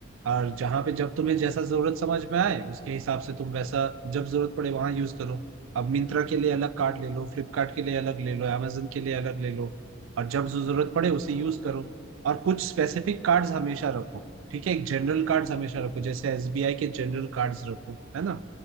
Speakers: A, on the right (about 80°); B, in the centre.
A: और जहां पे जब
B: अच्छा
A: तुम्हें जैसा जरूरत समझ में आए उसके हिसाब से तुम वैसा जब जरूरत पड़े वहां यूज करो अब मिंत्रा के लिए अलग कार्ड ले लो फ्लिपकार्ट के लिए अलग ले लो amazon के लिए अलग ले लो और जब जो जरूरत पड़े उसे
B: हाँ
A: यूज
B: हाँ
A: करो और कुछ स्पेसिफिक कार्ड्स हमेशा रखो ठीक है एक जनरल कार्ड्स हमेशा रखो जैसे एसबीआई के जनरल कार्ड्स रखो है ना